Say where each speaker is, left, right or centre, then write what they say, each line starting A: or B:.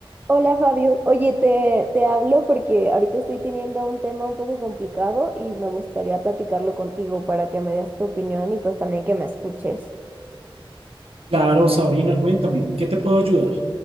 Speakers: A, on the right (about 20°); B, on the right (about 80°).
A: Hola Fabio, oye, te, te hablo porque ahorita estoy teniendo un tema un poco complicado y me gustaría platicarlo contigo para que me des tu opinión y pues también que me escuches.
B: Claro, Sabrina, cuéntame, ¿en ¿qué te puedo ayudar?